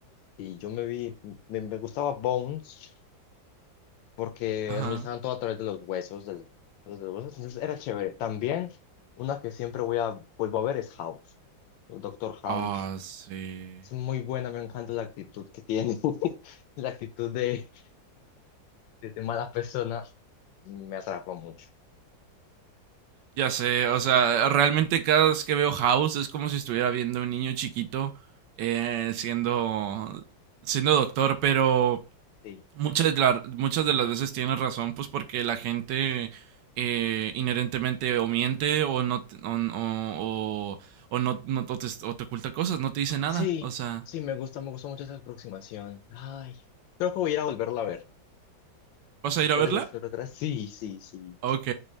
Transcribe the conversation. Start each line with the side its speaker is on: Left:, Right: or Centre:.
Left: y yo me vi, me, me gustaba Bones, porque
Right: Ajá.
Left: analizaban todo a través de los huesos, de los, de los huesos, entonces era chévere. También una que siempre voy a, vuelvo a ver es House, el Doctor House.
Right: Ah, sí.
Left: Es muy buena, me encanta la actitud que tiene, <laughs> la actitud de, de, de mala persona, me atrapa mucho.
Right: Ya sé, o sea, realmente cada vez que veo House es como si estuviera viendo un niño chiquito eh, siendo, siendo doctor, pero...
Left: Sí.
Right: Muchas, de la- muchas de las veces tienes razón, pues porque la gente eh, inherentemente o miente o no te- o, o- o- o no, no te, o te oculta cosas, no te dice nada.
Left: Sí,
Right: O sea,
Left: sí, me gusta, me gusta mucho esa aproximación. Ay, creo que voy a ir a volverla a ver.
Right: ¿vas a
Left: ¿Vas
Right: ir a verla?
Left: de buscar otra? Sí, sí, sí,
Right: Ok,